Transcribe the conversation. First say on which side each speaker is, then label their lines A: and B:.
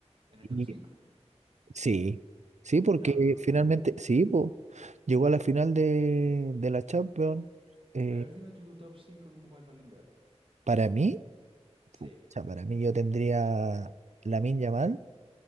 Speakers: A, on the right (about 50°); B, on the right (about 85°).
A: ¿En el
B: Y
A: top 5?
B: sí, sí, porque
A: No.
B: finalmente, sí, po, llegó a la final de, de la Champions, eh,
A: Pero a ver, dime tu top 5 como para el Balón de Oro.
B: para mí,
A: Sí.
B: o sea, para mí yo tendría Lamine Yamal